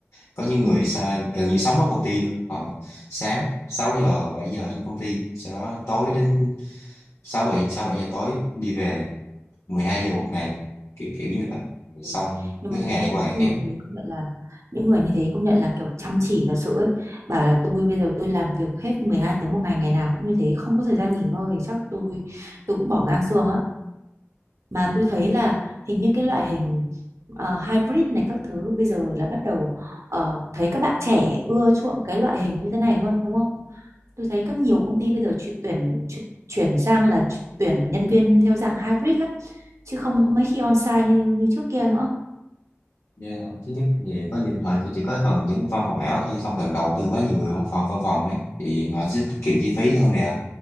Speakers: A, on the left; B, on the right.
A: có những
B: ừ
A: người sa- gần như sống ở công ty luôn họ sáng 6 giờ 7 giờ đến công ty sau đó tối đến sáu bảy sáu bảy giờ tối đi về 12 giờ một ngày kiểu kiểu như vậy Rồi
B: Ui,
A: xong
B: nhưng
A: cứ
B: mà
A: ngày
B: những
A: qua ngày
B: người
A: khác
B: như thế công nhận là những người như thế công nhận là kiểu chăm chỉ thật sự ấy bảo là tôi bây giờ tôi làm việc hết 12 tiếng một ngày ngày nào cũng như thế không có thời gian nghỉ ngơi chắc tôi tôi cũng bỏ ngang xương á mà
A: ừ.
B: tôi thấy là hình như cái loại hình ờ, hybrid này các thứ bây giờ là bắt đầu ờ, thấy các bạn trẻ ưa chuộng cái loại hình như thế này hơn đúng không tôi thấy các nhiều công ty bây giờ chuyển tuyển chuyển, chuyển sang là tuyển nhân viên theo dạng hybrid lắm chứ không có mấy khi on-site như như trước kia nữa
A: Dạ, Thứ nhất thì có những họ chỉ có phần những cái văn phòng ảo thôi không cần đầu tư quá nhiều về văn phòng văn phòng ấy thì họ sẽ tiết kiệm chi phí hơn nè